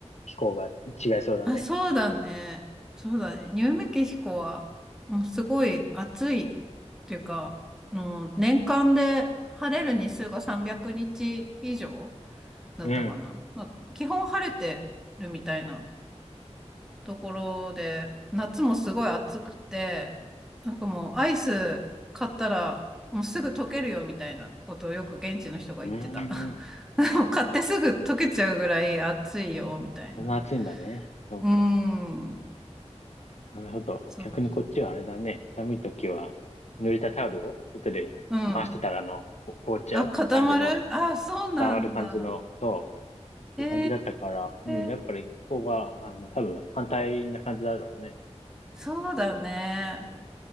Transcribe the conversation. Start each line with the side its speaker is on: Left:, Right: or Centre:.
Left: 気候が違いそうだね。
Centre: あ、そうだね。そうだね。ニューメキシコは、もうすごい暑いっていうか、あの年間で晴れる日数が300日以上だったかな。
Left: うん。
Centre: まあ、基本晴れてるみたいなところで、夏もすごい暑くて、なんかもうアイス買ったらもうすぐ溶けるよみたいなことをよく現地の人が言ってた。
Left: うーん。
Centre: <laughs> もう買ってすぐ溶けちゃうぐらい暑いよみたいな。
Left: そんな暑いんだね。そうか。
Centre: うーん。
Left: なるほど。
Centre: そうそうそう。
Left: 逆にこっちはあれだね。寒い時は、濡れたタオルを外で回してたら、
Centre: うん。
Left: あの、こ凍っちゃう感じの、
Centre: あ、固まるあ、そうなんだ。
Left: 溜まる感じの、そう、
Centre: へ
Left: そういう感じだったから、うん、
Centre: え、
Left: やっぱりここが、あの、多分反対な感じだろうね。
Centre: そうだね。